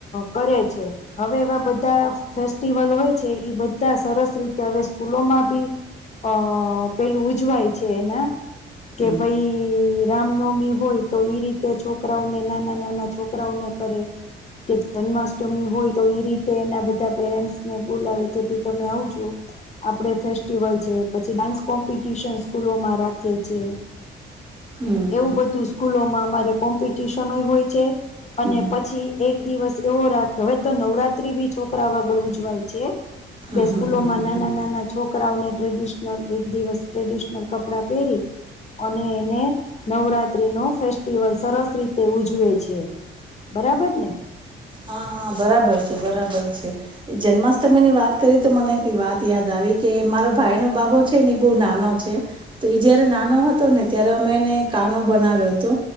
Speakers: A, on the left; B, on the right.
A: કરે છે, હવે એવા બધા ફેસ્ટિવલ હોય છે ઇ બધા સરસ સરસ રીતે હવે સ્કૂલોમાં ભી, અ પેલું ઉજવાય છે એના કે
B: હમ
A: ભાઈ રામનવમી હોય તો ઈ રીતે છોકરાઓને નાના નાના છોકરાઓને કરે. કે જન્માષ્ટમી હોય તો એ રીતે એના બધા પેરેન્ટ્સને બોલાવે કે ભાઈ તમે આવજો. આપડે ફેસ્ટિવલ છે પછી ડાન્સ કોમ્પિટશન સ્કૂલોમાં રાખે છે
B: હમ
A: એવું બધું સ્કૂલોમા હમારે કોમ્પિટીશને હી હોય છે અને
B: હમ
A: પછી એક દિવસ એવો રાખે હવે તો નવરાત્રી બી છોકરા આગળ ઉજવાય છે કે
B: હમ
A: સ્કૂલોમાં
B: હમ હમ હમ
A: નાના
B: હમ
A: નાના છોકરાઓને ટ્રેડિશનલ એક દિવસ ટ્રેડિશનલ કપડા પેરી અને એને નવરાત્રી નો ફેસ્ટિવલ સરસ રીતે ઉજવે છે બરાબર ને
B: હા હા બરાબર છે બરાબર છે જન્માષ્ટમી ની વાત કરી તો મને વાત યાદ આવી કે મારો ભાઈ નો બાબો છે ને બો નાનો છે ઈ જયારે નાનો હતો ને ત્યારે અમે એને કાનો બનાવ્યો હતો